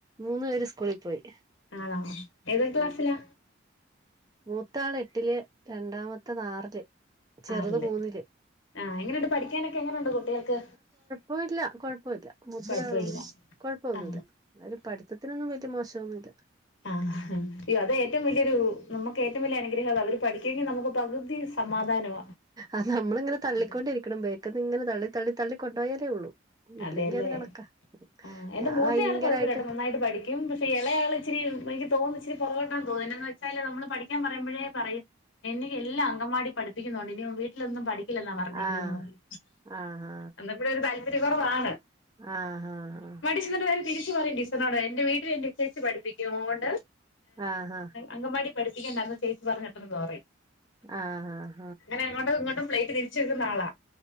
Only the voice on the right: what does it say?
മൂന്ന് പേര് സ്കൂളിൽ പോയി
ഉം മൂത്താള് എട്ടില് രണ്ടാമത്തെത് ആറില് ചെറുത്
മൂന്നില്
വീട്ട്ലാ കുഴപ്പല്ല മുത്തയാ
കുഴപ്പമൊന്നുമില്ല
എന്നാലും പഠിത്തത്തിനൊന്നും വലിയ മോശം ന്നുല്ല.
അത് നമ്മളിങ്ങനെ തള്ളിക്കൊണ്ടിരിക്കണം
ബേക്ക്ന്ന് ഇങ്ങന തള്ളി തള്ളി കൊണ്ടോയാലേ ഉള്ളൂ. ഇല്ലെങ്കി
അത് കണക്കാ
ഞാൻ
ഭയങ്കരായിട്ട്
ആഹ്
ആഹ്
ആഹ് ആഹ് ആഹ്
ആഹ് ആഹ്
ആഹ് ആഹ്